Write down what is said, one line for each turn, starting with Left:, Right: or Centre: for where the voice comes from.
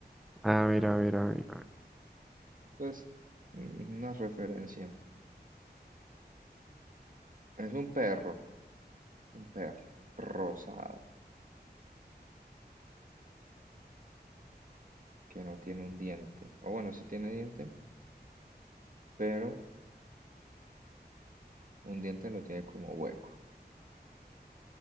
Centre: A ver, a ver, a ver, a ver.
Right: Esto es un- una referencia. Es un perro, un perro rosado que no tiene un diente. O bueno, sí tiene diente, pero un diente lo tiene como hueco.